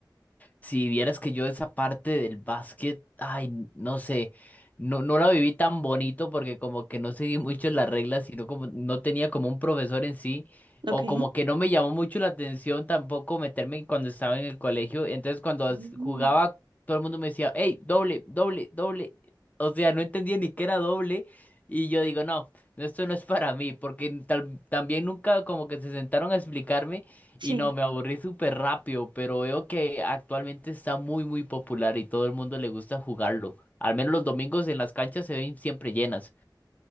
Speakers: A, on the left; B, on the right.
A: Si vieras que yo esa parte del básquet, ay, no sé, no, no la viví tan bonito porque como que no seguí <laughs> mucho las reglas, sino como no tenía como un profesor en sí,
B: Ok.
A: o como que no me llamó mucho la atención tampoco meterme cuando estaba en el colegio. Entonces cuando as-
B: Mm.
A: jugaba, todo el mundo me decía, hey, doble, doble, doble. O sea, no entendía ni qué era doble. Y yo digo, no, no, esto no es para mí, porque tal, también nunca como que se sentaron a explicarme.
B: Sí.
A: Y no, me aburrí súper rápido, pero veo que actualmente está muy, muy popular y todo el mundo le gusta jugarlo. Al menos los domingos en las canchas se ven siempre llenas.